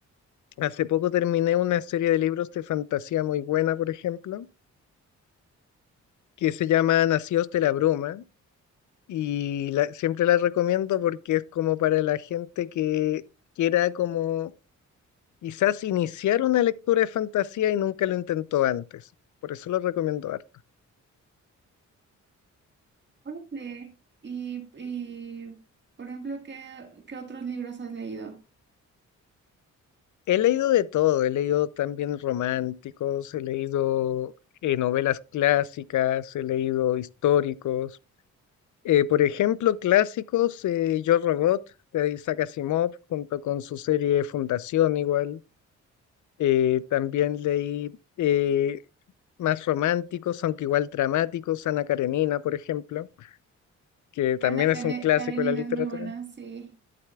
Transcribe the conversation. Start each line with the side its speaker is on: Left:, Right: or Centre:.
Left: Hace poco terminé una serie de libros de fantasía muy buena, por ejemplo, que se llama Nacidos de la Bruma y la- siempre la recomiendo porque es como para la gente que quiera como quizás iniciar una lectura de fantasía y nunca lo intentó antes. Por eso lo recomiendo harto.
Right: Órale. Y, y, por ejemplo, ¿qué, qué otros libros has leído?
Left: He leído de todo, he leído también románticos, he leído eh, novelas clásicas, he leído históricos. Eh, por ejemplo, clásicos, eh, Yo Robot de Isaac Asimov, junto con su serie Fundación igual. Eh, también leí eh, más románticos, aunque igual dramáticos, Ana Karenina, por ejemplo, que
Right: Ana
Left: también es
Right: Cane-
Left: un clásico
Right: Karenina
Left: de la literatura.
Right: es muy buena, sí,